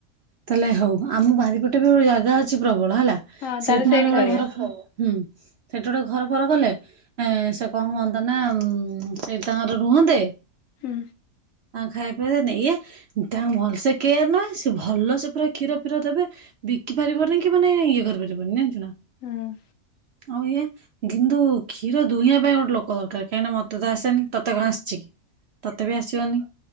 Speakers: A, on the right; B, on the left.
A: ତାହେଲେ ହଉ ଆମ ବାରିପଟେ ବି ଜାଗା ଅଛି, ପ୍ରବଳ ହେଲା
B: ହଁ ତାହେଲେ
A: ସେଇଠୁ
B: ସେଇଠି
A: ନଲେ ବ
B: କରିବା
A: ଘର ହୁଁ ସେଠ ବ ଘର ଫର କଲେ ସେ କଣ ହୁଅନ୍ତା ନା ସେଇ ତାାଙ୍କର ରୁହନ୍ତେ
B: ହୁଁ
A: ଆ ଖାଇବା ପିବା ଇଏ ତାଙ୍କୁ ଭଲସେ କେୟାର ନହେ ସେ ଭଲ ସେ ପୁରା କ୍ଷୀର ଫିର ଦେବେ, ବିକି ପାରିବନି କି ମାନେ ଇଏ କରିବ <unintelligible> ଜାଣିଚୁ ନାଁ।
B: ହୁଁ।
A: <inaudible> ଆଉ ଇଏ କିନ୍ତୁ କ୍ଷୀର ଦୁହିଁବା ପାଇଁ ଗୋଟେ ଲୋକ ଦରକାର, କାହିଁକି ନା ମତେ ତ ଆସେନି ତତେ କଣ ଆସିଛି କି ତତେ ବି ଆସିବନି।